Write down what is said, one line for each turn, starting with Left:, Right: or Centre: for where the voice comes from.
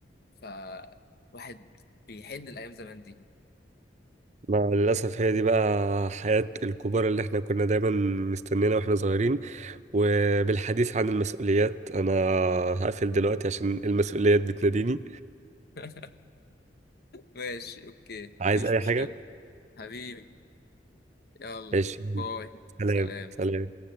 Left: فواحد بيحن الايام زمان دي
Right: مع الأسف هي دي بقى حياة الكبار اللي احنا كنا دايما مستنينا واحنا صغيرين وبالحديث عن المسؤوليات أنا هقفل دلوقتي عشان المسؤوليات بتناديني
Left: <laughs> ماشي اوكي
Right: عايز
Left: مفيش
Right: أي
Left: مشكله
Right: حاجة؟
Left: حبيبي يلا
Right: ماشي
Left: باي
Right: سلام
Left: سلام
Right: سلام